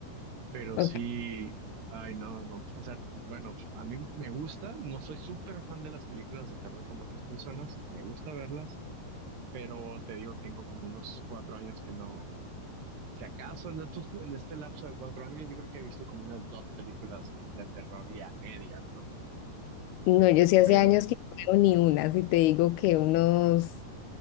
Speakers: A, on the right; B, on the left.
A: pero
B: Ok.
A: sí, ay, no, no, o sea, bueno, a mí me gusta, no soy súper fan de las películas de terror como otras personas, me gusta verlas. Pero te digo, tengo como unos cuatro años que no, si acaso en estos, cu- en este lapso de cuatro años, yo creo que he visto como unas dos películas de terror y a medias, ¿no?
B: No, yo sí hace
A: Pero,
B: años que no veo ni una. Si te digo que unos